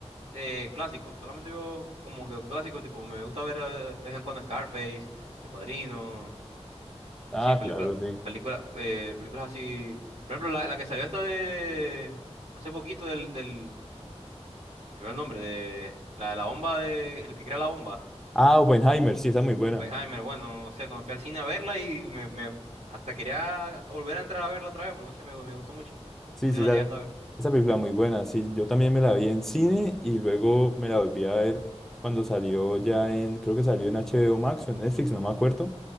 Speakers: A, on the right; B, in the centre.
A: Eh, clásicos, solamente veo como que clásicos, tipo, me gusta ver eh, de vez en cuando Scarface, El Padrino,
B: Ah,
A: sí, película
B: claro, sí.
A: películas, películas así. Por ejemplo, la, la que salió esta de hace poquito del, del, se ve el nombre, de la de la bomba de, el que crea la bomba,
B: Ah, Oppenheimer, sí, esa es muy buena.
A: Oppenheimer, bueno, no sé, cuando fui al cine a verla y me, me- hasta quería volver a entrar a verla otra vez, porque no sé, me, me gustó mucho.
B: Sí,
A: No sé si
B: sí,
A: la
B: esa,
A: llegaste a ver.
B: esa película muy buena. Sí, yo también me la vi en cine y luego me la volví a ver cuando salió ya en, creo que salió en HBO Max o en Netflix, no me acuerdo.